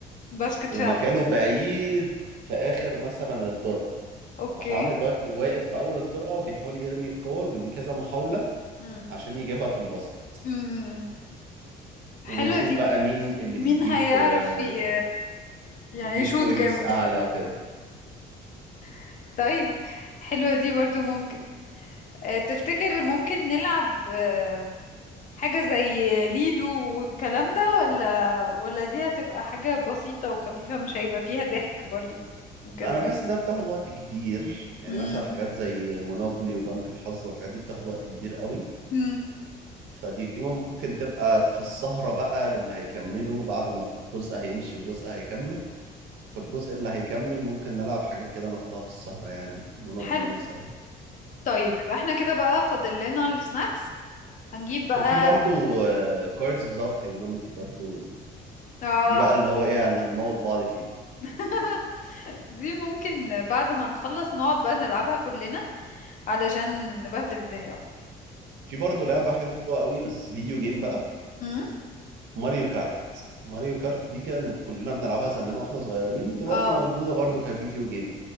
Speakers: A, on the left; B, on the right.
A: باسكت
B: ومكانه
A: فعلا
B: بعيد في اخر مثلا الطرقه
A: اوكي
B: وواحد بقى واقف في اول الطرقه وبيحاول يرمي الكور وليه كذا محاوله
A: مم.
B: عشان يجيبها في الباسكت
A: مم. حلوة
B: وبنشوف
A: دي
B: بقى مين اللي
A: مين
B: بيجيب
A: هيعرف
B: آه،
A: ي... يعني
B: يجيب
A: يشوط
B: بوينتس
A: جامد
B: اعلى وكده
A: <laughs> طيب حلوة دي برضو ممكن آه تفتكر ممكن نلعب آه حاجة زي ليدو والكلام ده ولا ولا دي هتبقى حاجة بسيطة وخفيفة مش هيبقى فيها ضحك برضو وكده
B: لا انا بحس انها بتاخد وقت كبير يعني
A: مم.
B: مثلا حاجات زي مونوبلي وبنك الحظ والحاجات دي بتاخد وقت كبير قوي
A: مم.
B: فدي ممكن تبقى في السهرة بقى للي هيكملوا بعد ما جزء هيمشي وجزء هيكمل فالجزء اللي هيكمل ممكن نلعب حاجة كده ناخدها في السهرة يعني مونوبلي
A: حلو
B: مثلا
A: طيب يبقى احنا كده بقى فاضل لنا السناكس هنجيب بقى
B: وفي برضو كاردز وزاوت هيومانيتي برضو
A: اه
B: دي بقى اللي هو ايه انا هنموت بعض فيها
A: <laughs> دي ممكن بعد ما نخلص نقعد بقى نلعبها كلنا علشان نبهدل الدنيا بقى
B: في برضو لعبة حلوة قوي بس فيديو جيم بقى
A: امم
B: ماريو كارت ماريو كارت دي كانت كلنا بنلعبها زمان واحنا صغيرين ودلوقتي
A: اه
B: موجودة برضو كفيديو جيم